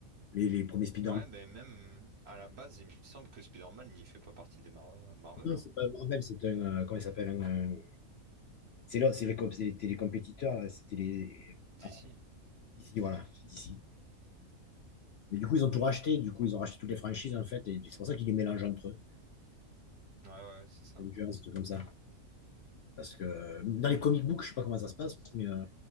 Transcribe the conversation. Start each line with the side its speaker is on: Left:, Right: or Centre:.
Left: Les, les premiers Spider-Man.
Right: Bah ouais, mais même à la base, il me semble que Spider-Man, il fait pas partie des Mar- Marvel,
Left: Non,
Right: hein.
Left: c'est pas Marvel, c'est un. euh, comment il s'appelle un, un- C'est là, c'est les, com- c'était les compétiteurs, là, c'était les.
Right: DC.
Left: Ah, DC, voilà, c'est DC. Mais du coup, ils ont tout racheté, du coup, ils ont racheté toutes les franchises, en fait, et c'est pour ça qu'ils les mélangent entre eux.
Right: Ouais, ouais, c'est ça.
Left: Avengers, des trucs comme ça. Parce que euh, dans les comic books, je sais pas comment ça se passe, mais euh,